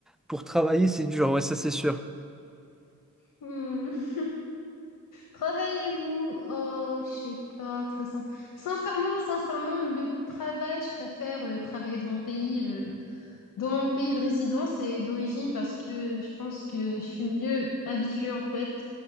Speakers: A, in the centre; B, on the left.
A: pour travailler, c'est dur. Ouais, ça, c'est sûr.
B: Hmm. Travailler où? Oh, je sais pas, très sin- sincèrement, sincèrement, le travail, je préfère euh, travailler dans mon pays, euh, dans mon pays de résidence et d'origine parce que je pense que je suis mieux habituée en fait